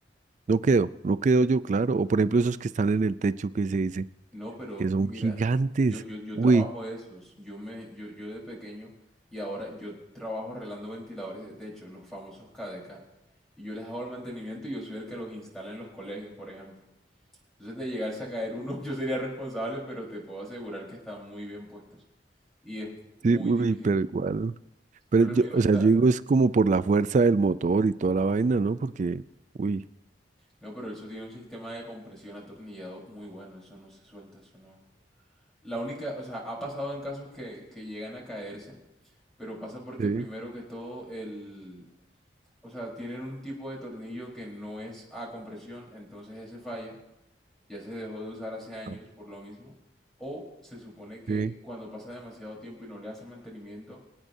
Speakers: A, on the right (about 45°); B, in the centre.
A: no quedo, no quedo yo, claro. O por ejemplo, esos que están en el techo que se dice,
B: No, pero
A: que son
B: mira,
A: gigantes.
B: yo, yo, yo
A: Uy,
B: trabajo esos. Yo me, yo, yo de pequeño y ahora yo trabajo arreglando ventiladores de techo, los famosos KDK. Y yo les hago el mantenimiento y yo soy el que los instala en los colegios, por ejemplo. Entonces, de llegarse a caer uno, <laughs> yo sería responsable, pero te puedo asegurar que están muy bien puestos. Y es muy
A: sí, uy,
B: difícil.
A: pero igual. Pero
B: Pero
A: yo,
B: el miedo
A: o
B: está.
A: sea, yo digo es como por la fuerza del motor y toda la vaina, ¿no? Porque, uy,
B: No, pero eso tiene un sistema de compresión atornillado muy bueno. Eso no se suelta, eso no. La única, o sea, ha pasado en casos que, que llegan a caerse Pero pasa porque
A: sí,
B: primero que todo el, o sea, tienen un tipo de tornillo que no es a compresión, entonces ese falla, ya se dejó de usar hace años
A: ah,
B: por lo mismo, o se supone que
A: sí.
B: cuando pasa demasiado tiempo y no le hace mantenimiento,